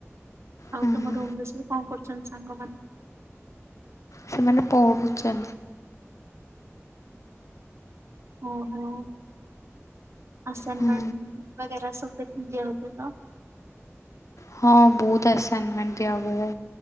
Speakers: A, on the left; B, on the right.
A: ହୁଁ
B: ଆଉ ତମ
A: ହୁଁ
B: ରୁମରେ କଣ କରୁଛନ୍ତି ସାଙ୍ଗମାନେ?
A: ସେମାନେ ପଢ଼ୁଛନ୍ତି।
B: ଓହୋ ଆସାନମେଣ୍ଟ
A: ହୁଁ।
B: ବଗେରା ସବୁ ଦିଆହଉଥିଲା ତ?
A: ହଁ ବହୁତ ଆସାଇନମେଣ୍ଟ ଦିଆ ହୁଏ